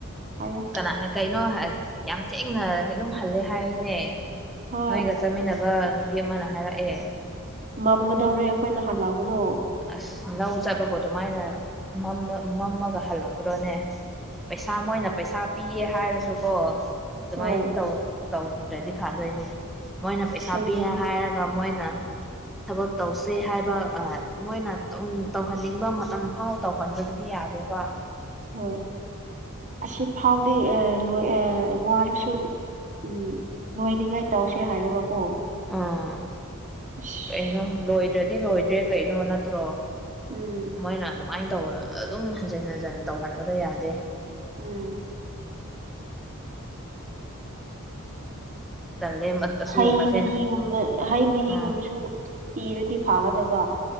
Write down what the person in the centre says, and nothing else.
ꯀꯅ ꯀꯩꯅꯣ ꯌꯥꯝ ꯊꯦꯡꯅ ꯌꯨꯝ ꯍꯜꯂꯦ ꯍꯥꯏꯅꯦ
ꯅꯣꯏꯒ ꯆꯠꯃꯤꯟꯅꯕ ꯅꯨꯄꯤ ꯑꯃꯅ ꯍꯥꯏꯔꯛꯑꯦ
ꯑꯁ ꯂꯧ ꯆꯠꯄꯕꯨ ꯑꯗꯨꯃꯥꯏꯅ ꯃꯝ ꯃꯝꯃꯒ ꯍꯜꯂꯛꯄ꯭ꯔꯣꯅꯦ ꯄꯩꯁꯥ ꯃꯣꯏꯅ ꯄꯩꯁꯥ ꯄꯤꯌꯦ ꯍꯥꯏꯔꯁꯨꯀꯣ ꯑꯗꯨꯃꯥꯏꯅ
ꯇꯧ ꯇꯧꯗ꯭ꯔꯗꯤ ꯐꯥꯗꯣꯏꯅꯦ ꯃꯣꯏꯅ ꯄꯩꯁꯥ
ꯄꯤꯌꯦ ꯍꯥꯏꯔꯒ ꯃꯣꯏꯅ ꯊꯕꯛ ꯇꯧꯁꯦ ꯍꯥꯏꯕ ꯑ ꯃꯣꯏꯅ ꯇꯧ ꯇꯧꯍꯟꯅꯤꯡꯕ ꯃꯇꯝ ꯐꯥꯎ ꯇꯧꯍꯟꯕꯗꯨꯗꯤ ꯌꯥꯗꯦꯕ
ꯎꯥ
ꯀꯩꯅꯣ ꯂꯣꯏꯗ꯭ꯔꯗꯤ ꯂꯣꯏꯗ꯭ꯔꯦ ꯀꯩꯅꯣ ꯅꯠꯇ꯭ꯔꯣ
ꯃꯣꯏꯅ ꯑꯗꯨꯃꯥꯏꯅ ꯇꯧ ꯑꯗꯨꯝ ꯍꯟꯖꯤꯟ ꯍꯟꯖꯤꯟ ꯇꯧꯍꯟꯕꯗꯣ ꯌꯥꯗꯦ
ꯇꯜꯂꯦ ꯑꯁꯤꯒꯨꯝꯕꯁꯦ
ꯎꯝ